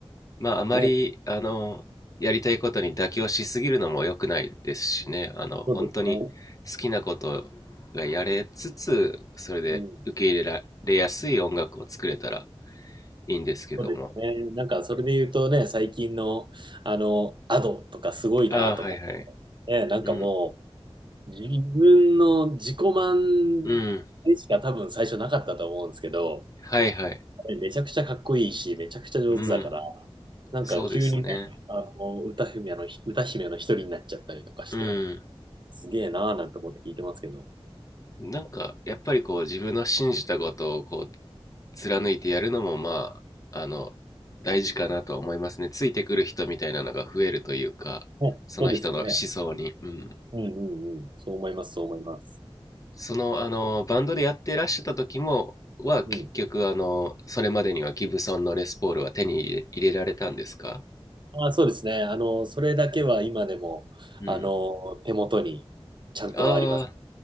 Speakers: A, on the left; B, on the right.
A: まあ、あまり、
B: ね
A: あの、やりたいことに妥協しすぎるのも良くないですしね。あの、
B: そうですね、
A: 本当に好きなことがやれつつ、それで受け入れられやすい音楽を作れたら
B: うん、
A: いいんですけども。
B: そうですねなんかそれで言うとね最近のあのアドとかすごいなと思って
A: ああ、はいはい。
B: ねなんかも
A: うん。
B: う自分の自己満でしか多分最初なかったと思うんですけど
A: うん。はいはい。
B: ねめちゃくちゃかっこいいし、めちゃくちゃ上手だから、
A: うん。
B: なんか急にね、
A: そうですね。
B: あの、歌姫の、歌姫の一人になっちゃったりとかして、
A: うん。
B: すげえなーなんて思って聞いてますけど。
A: なんか、やっぱりこう、自分の信じたことをこう、貫いてやるのも、まあ、あの、大事かなとは思いますね。ついてくる人みたいなのが増えるというか、
B: ね、
A: その人の思想に。
B: そうですね。
A: うん。
B: うんうんうん。そう思います、そう思います。
A: その、あの、バンドでやってらっしゃった時も、は結局、
B: うん。
A: あの、それまでにはギブソンのレスポールは手に入れ入れられたんですか
B: あー、そうですね。あの、それだけは今でも、
A: うん。
B: あの、手元にちゃんとあります。
A: ああ、